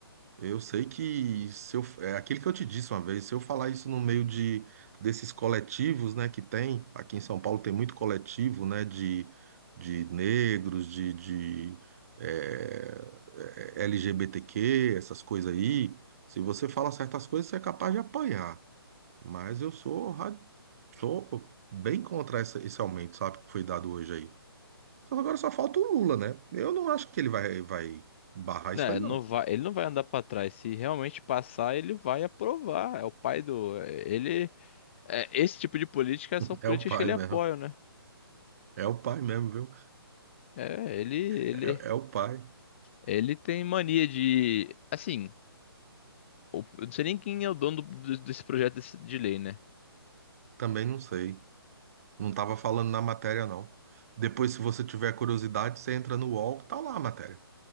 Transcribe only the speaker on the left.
né,
não vai, ele não vai andar pra trás. Se realmente passar, ele vai aprovar. É o pai do. Ele. é, esse tipo de política são políticas
que ele apoia,
né?
É, ele, ele,
ele tem mania de. Assim, o- eu não sei nem quem é o dono do- do- desse projeto desse- de lei, né?